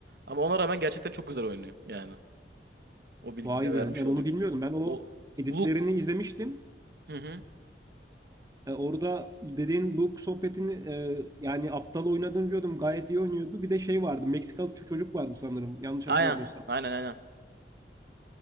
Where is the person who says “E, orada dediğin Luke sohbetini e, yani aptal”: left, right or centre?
Right